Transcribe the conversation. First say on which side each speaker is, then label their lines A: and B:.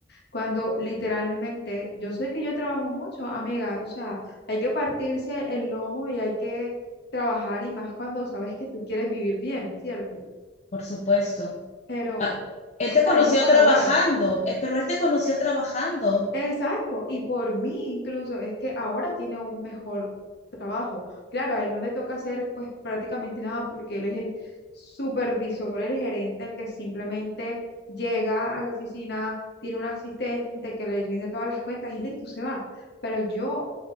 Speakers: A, on the left (about 55°); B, on the left (about 35°).
A: Cuando literalmente, yo sé que yo trabajo mucho, amiga, o sea, hay que partirse el lomo y hay que trabajar y más cuando sabes que tú quieres vivir bien, ¿cierto?
B: por supuesto.
A: Pero,
B: Ah, él
A: o
B: te
A: sea,
B: conoció
A: él no colabora.
B: trabajando, eh, pero él te conoció trabajando.
A: Exacto, y por mí incluso es que ahora tiene un mejor trabajo. Claro, a él no le toca hacer pues prácticamente nada porque él es el supervisor, el gerente, el que simplemente llega a la oficina, tiene un asistente que le rinde todas las cuentas y listo, se va. Pero yo,